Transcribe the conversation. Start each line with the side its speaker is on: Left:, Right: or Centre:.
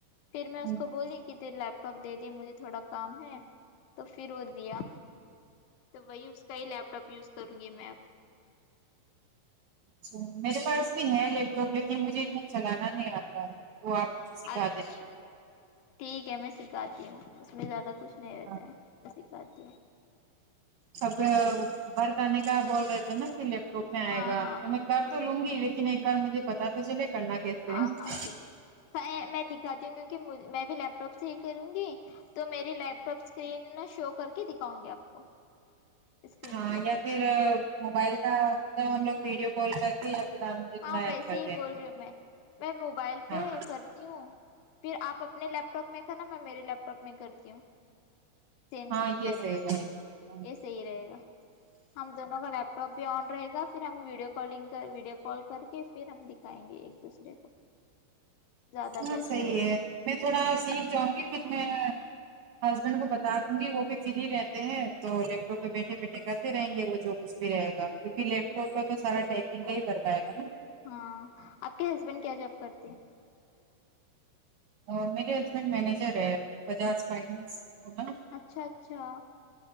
Left: پھر میں
Right: اچھا
Left: اس کو بولی کہ تری لیپ ٹاپ دے دے مجھے تھوڑا کام ہے تو پھر وہ دیا تو وہی اس کا ہی لیپ ٹاپ یوز کروں گی میں اب
Right: اچھا میرے پاس بھی ہے لیپٹاپ لیکن مجھے اتنا چلانا نہیں آتا ہے وہ آپ مجھے سکھا
Left: آج
Right: دینا
Left: ٹھیک ہے میں سکھاتی ہوں اس میں زیادہ کچھ نہیں رہتا
Right: ہاں
Left: ہےمیں سکھاتی ہوں
Right: اب برک آنے کا بول رہے تھے نا کہ لیپٹاپ میں آئے
Left: ہاں
Right: گا
Left: ہاں
Right: تو
Left: ہاں
Right: میں بار تو لوں گی لیکن ایک بار مجھے پتا تو چلے کرنا کیسے
Left: ہاں
Right: ہے۔
Left: ہاں ٹھیک میں دکھاتی ہوں کیونکہ میں بھی لیپ ٹاپ سے ہی کروں گی تو میری لیپ ٹاپ اسکرین شو کر کے دکھاؤں گی آپ کو اسکرین
Right: ہاں
Left: شیئر
Right: یا
Left: کر
Right: پھر موبائل کا مطلب ہم لوگ ویڈیو کال کرتے یا پھر آپ مجھے تھوڑا
Left: ہاں
Right: ہیلپ
Left: ویسے
Right: کر
Left: ہی
Right: دینا
Left: بول رہی ہوں میں میں موبائل پہ
Right: ہاں
Left: کر ہوں پھر آپ اپنے لیپ ٹاپ میں کر نا میں میرے لیپ ٹاپ میں کرتی ہوں سیم
Right: ہاں
Left: سیم
Right: یہ
Left: کریں
Right: صحیح
Left: گے
Right: رہے گا ہاں
Left: اس صحیح رہے گا ہم دونوں کا لیپٹاپ بھی آن رہے گا پھر ہم ویڈیو کالگ کر ویڈیو کال کر کے پھر ہم دکھائیں گے ایک دوسرے کو زیادہ
Right: ہاں
Left: بیسٹ
Right: صحیح
Left: رہے
Right: ہے
Left: گا
Right: میں تھوڑا سیکھ جاؤں گی پھر میں ہسبینڈ کو بتا دوں گی وہ بھی فری رہتے ہیں تو لیپٹاپ پہ بیٹھے بیٹھے کرتے رہیں گے وہ جو کچھ بھی رہےگا کیونکہ لیپٹاپ
Left: ہاں
Right: کا تو سارا ٹپنگ کا ہی ورک آے گا نہ
Left: ہاں آپ کے ہسبینڈ کیا جاب کرتے
Right: ہیں میرے ہسبینڈ مینیجر ہے بجاج فائننس ہے نا
Left: اچھا اچھا